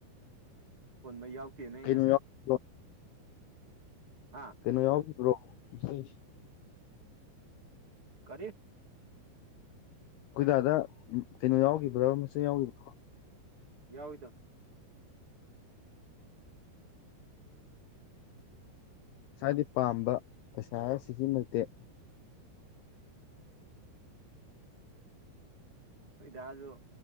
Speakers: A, on the right (about 35°); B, on the left (about 80°).
A: ꯐꯣꯟꯕ ꯌꯥꯎꯗꯦꯅ ꯑꯩ
B: ꯀꯩꯅꯣ
A: ꯉꯁꯥꯏ
B: ꯌꯥꯎꯕ꯭ꯔꯣ
A: ꯍꯥꯥ
B: ꯀꯩꯅꯣ ꯌꯥꯎꯈꯤꯕ꯭ꯔꯣ ꯏꯁꯩ
A: ꯀꯔꯤꯦ
B: ꯀꯣꯏꯗꯥꯗ ꯀꯩꯅꯣ ꯌꯥꯎꯈꯤꯕ꯭ꯔꯥ ꯃꯆꯥ ꯌꯥꯎꯈꯤꯕ꯭ꯔꯥ
A: ꯌꯥꯎꯗ
B: ꯏꯁꯗꯤ ꯄꯥꯝꯕ ꯄꯩꯁꯥ ꯑꯁꯤꯒꯤ ꯃꯇꯛꯇꯤ
A: ꯏꯣ